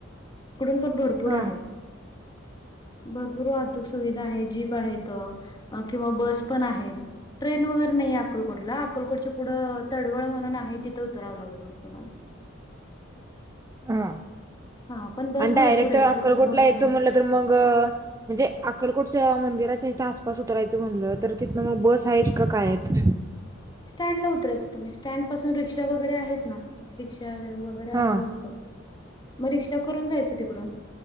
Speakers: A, on the left; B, on the right.
A: इकडून पण भरपूर
B: हा
A: आहेत भरपूर वाहतूक सुविधा आहे जीप आहेत किंवा बस पण आहेत ट्रेन वगैरे नाहीये अकलकोटला अकलकोटच्या पुढं तडवळ म्हणून आहे तिथं उतरावं लागेल मग तुम्हाला <inaudible>
B: हा
A: हा पण बस
B: आणि
A: भरपूर
B: डायरेक्ट
A: आहे
B: अक्कलकोटला
A: सतत बस
B: यायचं
A: आहेत.
B: म्हटलं तर मग म्हणजे अक्कलकोटच्या मंदिरा थ आसपास उतरायचं म्हणलं तर तिथनं मग बस आहेत का काय आहेत
A: स्टँड ला उतरायचं तुम्ही स्टँड पासून रिक्षा वगैरे आहेत ना रिक्ष र् वगैरे आहेत
B: हा
A: भरपूर मग रिक्षा करून जायचं तिकडून